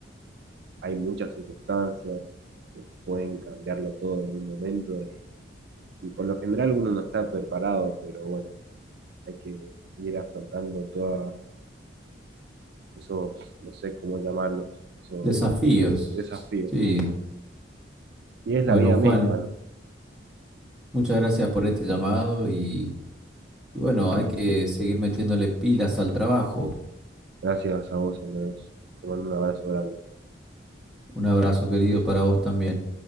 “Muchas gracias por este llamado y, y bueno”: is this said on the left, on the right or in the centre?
Centre